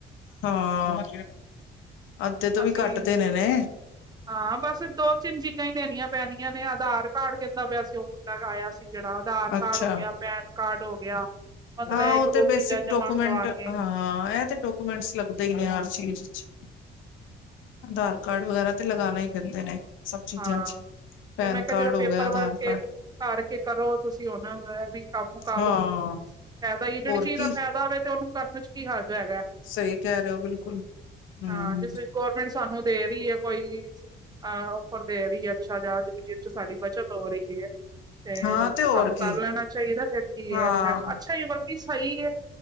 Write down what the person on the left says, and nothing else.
ਹਾਂ ਅੱਧੇ ਤੋਂ
ਵੀ ਘੱਟ ਦੇਣੇ ਨੇ।
ਅੱਛਾ
ਹਾਂ ਉਹ
ਤੇ
ਬੇਸਿਕ
ਡੋਕੂਮੈਂਟ
ਹਾਂ ਇਹ ਤੇ ਡੋਕੂਮੈਂਟਸ ਲੱਗਦੇਈ ਨੇ ਹਰ ਚੀਜ਼ ਚ। ਆਧਾਰ ਕਾਰਡ ਵਗੈਰਾ ਤੇ ਲਗਾਣਾ ਹੀ ਪੈਂਦੇ ਨੇ ਸਭ ਚੀਜ਼ਾਂ
ਚ ਪੈਨ
ਕਾਰਡ
ਹੋ
ਗਿਆ ਆਧਾਰ
ਕਾਰਡ
ਹਾਂ
ਹੋਰ
ਕੀ
ਸਹੀ ਕਹਿ ਰਹੇ ਹੋ ਬਿਲਕੁਲ ਹਮ।
ਹਾਂ
ਹੋਰ
ਕੀ
ਹਾਂ